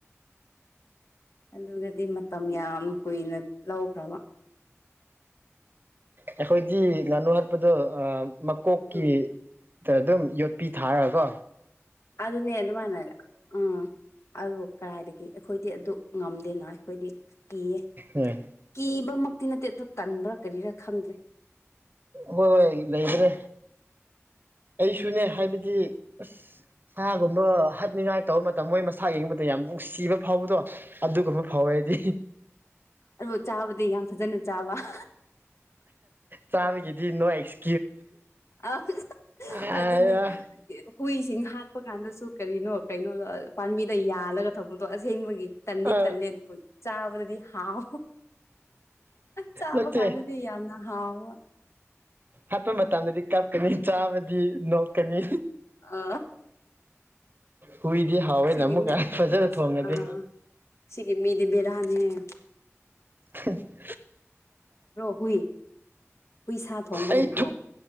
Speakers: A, on the left (about 65°); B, on the right (about 40°).
A: ꯑꯗꯨꯒꯗꯤ ꯃꯇꯝ ꯌꯥꯝ ꯀꯨꯏꯅ ꯂꯧꯈ꯭ꯔꯕ꯫
B: ꯑꯩꯈꯣꯏꯗꯤ ꯉꯥꯅꯨ ꯍꯥꯠꯄꯗꯨ ꯑ ꯃꯀꯣꯛꯀꯤ
A: ꯎꯝ
B: ꯑꯗꯨꯝ ꯌꯣꯠꯄꯤ ꯊꯥꯔꯀꯣ
A: ꯑꯗꯨꯅꯦ ꯑꯗꯨ ꯃꯥꯏꯅ ꯑ ꯫ ꯑꯗꯨꯕꯨ ꯀꯗꯥꯏꯗꯒꯤ ꯑꯩꯈꯣꯏꯗꯤ ꯑꯗꯨ ꯉꯝꯗꯦꯅ ꯑꯩꯈꯣꯏꯗꯤ ꯫ ꯀꯤꯌꯦ
B: ꯎꯝ
A: ꯀꯤꯕ ꯃꯛ ꯇꯤ ꯅꯠꯇꯦ ꯑꯗꯨ ꯇꯟꯕ꯭ꯔꯥ ꯀꯔꯤꯔꯥ ꯈꯪꯗ꯭ꯔꯦ꯫
B: ꯍꯣꯏ- ꯍꯣꯏ ꯂꯩꯗ꯭ꯔꯦ꯫ ꯑꯩꯁꯨꯅꯦ ꯍꯥꯏꯕ ꯏ ꯑꯁ ꯁꯥꯒꯨꯝꯕ ꯍꯥꯠꯅꯤꯡꯉꯥꯏ ꯇꯧꯕ ꯃꯇꯝ ꯃꯣꯏ ꯃꯁꯥ ꯌꯦꯡꯕꯗ ꯌꯥꯝ ꯅꯨꯡꯁꯤꯕ ꯐꯥꯎꯕꯗꯣ ꯑꯗꯨꯒꯨꯝꯕ ꯐꯥꯎꯋꯦ ꯑꯩꯗꯤ꯫
A: ꯑꯗꯨꯕꯨꯣ ꯆꯥꯕꯗꯤ ꯌꯥꯝ ꯐꯖꯅ ꯆꯥꯕ ꯫
B: ꯆꯥꯕꯒꯤꯗꯤ ꯅꯣ ꯏꯁ
A: ꯑ
B: ꯑ
A: ꯑꯗꯨꯅꯦ ꯍꯨꯏꯁꯤꯡ ꯍꯥꯥꯠꯄ ꯀꯥꯟꯗꯁꯨ ꯀꯔꯤꯅꯣ ꯀꯩꯅꯣꯗ ꯄꯥꯝꯕꯤꯗ ꯌꯥꯜꯂꯒ ꯊꯧꯕꯗꯣ ꯑꯁꯦꯡꯕꯒꯤ ꯇꯟꯗꯤ
B: ꯑ
A: ꯇꯜꯂꯦ ꯑꯗꯨꯕꯨ ꯆꯥꯕꯗꯗꯤ ꯍꯥꯎ ꯆꯥꯕ
B: ꯅꯠꯇꯦ
A: ꯀꯥꯟꯗꯗꯤ ꯌꯥꯝꯅ ꯍꯥꯎꯕ꯫
B: ꯍꯥꯠꯄ ꯃꯇꯝꯗꯗꯤ ꯀꯥꯞꯀꯅꯤ ꯆꯥꯕꯗꯤ ꯅꯣꯛꯀꯅꯤ꯫
A: ꯑ
B: ꯍꯨꯏꯗꯤ ꯍꯥꯎꯋꯦꯅ
A: ꯁꯤꯒꯤ
B: ꯑꯃꯨꯛꯀ
A: ꯃꯤ
B: ꯐꯖꯅ ꯊꯣꯡꯉꯗꯤ
A: ꯑ ꯁꯤꯒꯤ ꯃꯤꯗꯤ ꯕꯤꯔꯥ <unintelligible>
B: <unintelligible>
A: ꯍꯨꯏ ꯍꯨꯏ ꯁꯥ ꯊꯣꯡꯕ
B: ꯑꯩ
A: ꯍꯩꯕ꯭ꯔꯣ